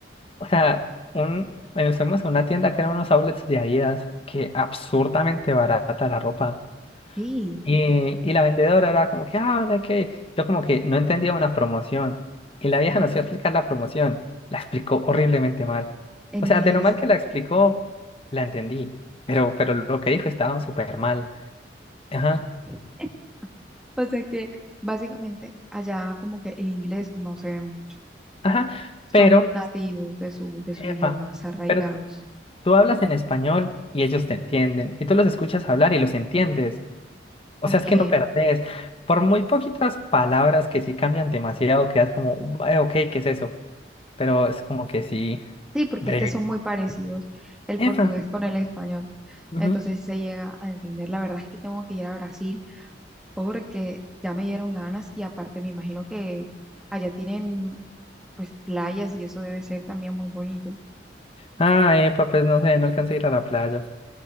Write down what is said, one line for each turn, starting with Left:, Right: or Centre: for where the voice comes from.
Left: O sea, un, bueno, fuimos a una tienda que eran unos outlets de Adidas, que absurdamente barata la ropa.
Centre: Sí,
Left: Y, y la vendedora era como que, ah, no que... Yo como que no entendía una promoción. Y la vieja
Centre: ujú,
Left: nos iba a explicar la promoción. La explicó horriblemente mal.
Centre: en
Left: O
Centre: inglés.
Left: sea, de lo mal que la explicó, la entendí. Pero, pero lo que dijo estaba súper mal. Ajá,
Centre: <laughs> O sea que básicamente allá como que el inglés no se ve mucho.
Left: ajá. Pero...
Centre: Son muy nativos de su, de su
Left: Epa,
Centre: idioma, se arraigados.
Left: pero tú hablas en español y ellos te entienden, y tú los escuchas hablar y los entiendes. O
Centre: Ok.
Left: sea, es que no perdés. Por muy poquitas palabras que sí cambian demasiado, quedas como, "Bue- ok, ¿qué es eso? Pero es como que sí,
Centre: Sí, porque
Left: breve.
Centre: es que son muy parecidos el
Left: Epa,
Centre: portugués con el español.
Left: ujú.
Centre: Entonces, si se llega a entender, la verdad es que tengo que ir a Brasil porque ya me dieron ganas y aparte me imagino que allá tienen pues playas y eso debe ser también muy bonito.
Left: Ah, epa, pues no sé, no alcancé a ir a la playa.